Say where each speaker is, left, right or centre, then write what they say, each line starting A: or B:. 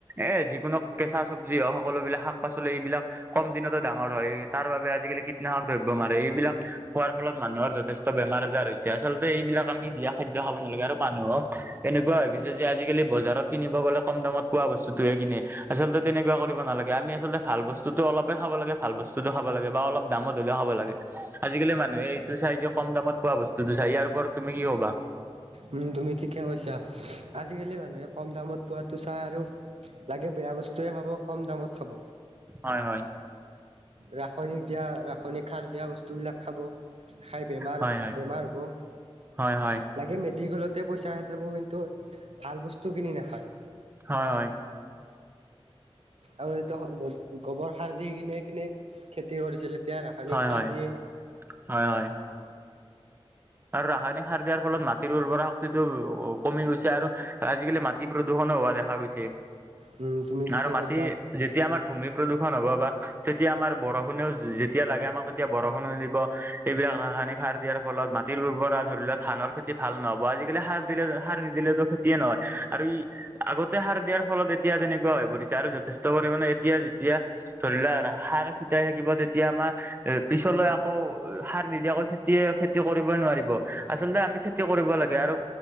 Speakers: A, on the right; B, on the right.
A: এ যিকোনো কেঁচা চব্জি হওক সকলো বিলাক শাক -পাচলি এইবিলাক কম দিনতে ডাঙৰ হয় তাৰ বাবে আজিকালি কীটনাশক দ্ৰব্য মাৰে এইবিলাক খোৱাৰ ফলত মানুহৰ যথেষ্ট বেমাৰ- আজাৰ হৈছে, আচলতে এইবিলাক আমি দিয়া খাদ্য খাব নালাগে আৰু মানুহক এনেকুৱা হৈ গৈছে যে আজিকালি বজাৰত কিনিব গ'লে কম দামত পোৱা বস্তুটোহে কিনে আচলতে তেনেকুৱা কৰিব নালাগে, আমি আচলতে ভাল বস্তুটো অলপ হে খাব লাগে ভাল বস্তুটো খাব লাগে বা অলপ দামত হ'লেও খাব লাগে। আজিকালি মানুহে এইটো চাই যে কম দামত পোৱা বস্তুটো চাই ইয়াৰ ওপৰত তুমি কি ক'বা?
B: উম তুমি ঠিকে কৈছা, আজিকালি মানুহে কম দামত পোৱাতো চাই আৰু লাগে বেয়া বস্তুয়ে খাব কম দামত খাব।
A: হয় হয়।
B: ৰাসায়নিক দিয়া ৰাসায়নিক সাৰ দিয়া বস্তুবিলাক খাব। খাই বেমাৰ
A: হয় হয়
B: বেমাৰ হ'ব।
A: হয়
B: লাগে মেডিকেলতে পইচা সেদাব কিন্তু ভাল বস্তু কিনি নাখায়।
A: হয় হয়।
B: আৰু এইটো গো গোবৰ সাৰ দি কিনে কিনে খেতি কৰিছিল এতিয়া ৰাসায়নিক
A: হয় হয়
B: সাৰ দিয়ে।
A: হয় হয় আ আৰু ৰাসায়নিক সাৰ দিয়াৰ ফলত মাটিৰ উৰ্বৰা শক্তিটো কমি গৈছে আৰু আজিকালি মাট যি প্ৰদূষণো হোৱা দেখা গৈছে,
B: উম তুমি ঠিকে
A: আৰু মাটি
B: কৈছা
A: যেতিয়া আমাৰ ভূমি প্ৰদূষণ হ'ব বা তেতিয়া আমাৰ বৰষুণেও যেতিয়া লাগে আমাক তেতিয়া বৰষুণো নিদিব। এইবিলাক ৰাসায়নিক সাৰ দিয়াৰ ফলত মাটিৰ উৰ্বৰা ধৰিলেও ধানৰ খেতি ভাল নহব আজিকালি সাৰ দিলে সাৰ নিদিলেতো খে তিয়ে নহয় আৰু ই আগতে সাৰ দিয়াৰ ফলত এতিয়া তেনেকুৱা হৈ পৰিছে আৰু যথেষ্ট পৰিমণে এতিয়া যেতিয়া ধৰিলোৱা সাৰ চিতিয়াই থাকিব তে এতিয়া আমাৰ পিছলৈ আকৌ সাৰ নিদিয়াকৈ খেতিয়ে খেতি কৰিবই নোৱাৰিব। আচলতে আমি খেতি কৰিব লাগে আৰু